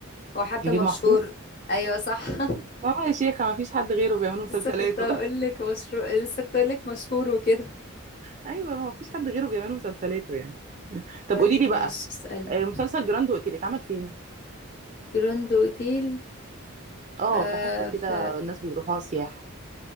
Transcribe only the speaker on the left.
هو حد
مشهور
ايوه صح <laughs>
لسه كنت هقول لك مشهور لسه كنت هقول لك مشهور وكده
طيب
ماشي
اسألي
جراند اوتيل
آه
ف